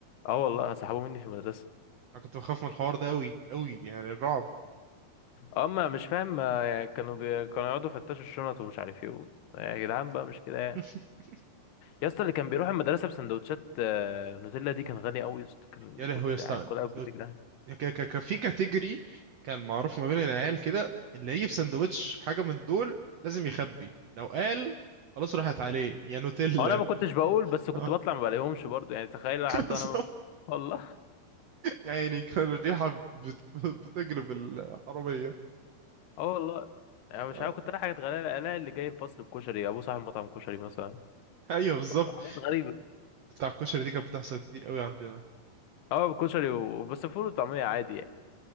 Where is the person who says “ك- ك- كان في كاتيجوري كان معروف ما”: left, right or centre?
Right